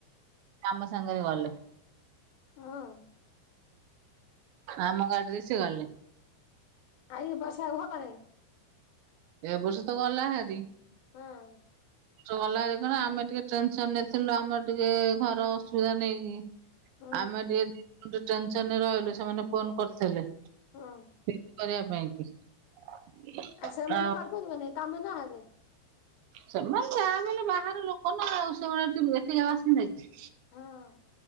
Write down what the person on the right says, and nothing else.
ଆମ ସାଙ୍ଗରେ ଗଲେ।
ଆମ ଗାଡିରେ ସିଏ ଗଲେ।
ଏ ବର୍ଷ ତ ଗଲା ହାରି।
ଗଲାରେ କଣ ଆମେ ଟିକେ ଟେନସନରେ ଥିଲୁ ଆମର ଟିକେ ଘର ଅସୁବିଧା ନେଇକି।
ଆମେ ଟିକେ <inaudible> ରହିଲୁ ସେମାନେ ଫୋନ କରୁଥିଲେ।
<inaudible> କରିବା ପାଇଁ କି?
ଆଉ
ସେମାନେ ଯାହା ହେଲେ ବି ବାହାର ଲୋକ ନା ଆଉ ସେମାନେ ଏଠି ଏଠିକା ଆସିବେ କି?